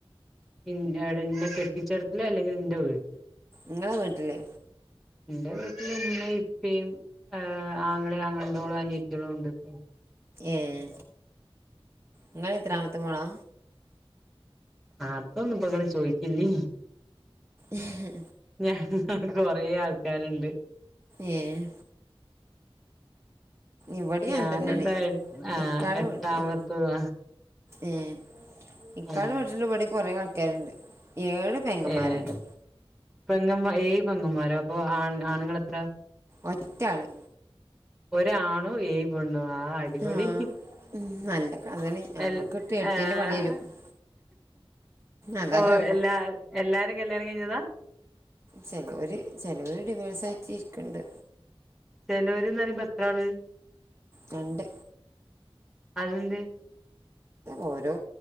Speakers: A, in the centre; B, on the right.
A: ഇന്റടെ ഇന്നേ കെട്ടിച്ചട തലോ അല്ലെങ്കിൽ എന്റെ വീട്ടില
B: ങ്ങളെ വീട്ടില്
A: ഇന്റെ വീട്ടില് ഉമ്മേം ഇപ്പേം ഏഹ് ആങ്ങളേം ആങ്ങളേന്റോളും അനിയത്തിയളും ഉണ്ട് ഇപ്പോ
B: ഏഹ് ഇങ്ങള് എത്രാമത്തെ മോളാ
A: അതൊന്നും ഇപ്പ ങ്ങള് ചോയ്ക്കല്ലി
B: ഏഹ്ഹ്
A: ഞങ്ങ ൾ കൊറേ ആൾക്കാര്ണ്ട്
B: ഏഹ് ഇവിടേം
A: ഞാനെന്താ
B: അങ്ങ തന്നേണെ
A: ആഹ്
B: ഇക്കാടെ
A: എട്ടാമത്തതാ
B: <unintelligible> ഏഹ് ഇക്കാടെ
A: ഏഹ്
B: വീട്ടിലും ഇവിടേം കൊറെേ ആൾക്കാര്ണ്ട് ഏഴ് പെങ്ങന്മാരുണ്ട്
A: ഏഹ് പെങ്ങമ്മ ഏയ് പെങ്ങമ്മാരോ അപ്പൊ ആണ് ആണ്ങ്ങൾ എത്ര
B: ഒറ്റാള്
A: ഒരാണും ഏയ് പെണ്ണും ആഹ് അടിപൊളി
B: ആ ഉം നല്ല കഥയാണ് നമ്മക്കിട്ട്
A: അൽ
B: എട്ടിൻ്റെ
A: ഏഹ്
B: പണി തരും അതാ
A: ഓഹ്
B: കുഴപ്പം
A: എല്ലാ എല്ലാരും കല്യാണം കയിഞ്ഞതാ
B: ചേലോര് ചെലോര് ഡിവേഴ്സ് ആയിറ്റ് ഇരിക്ക്ണ്ട്
A: ചെലോര്ന്ന് പറയുമ്പോ എത്രാള്
B: രണ്ട്
A: അതെന്തേ
B: ഓരോ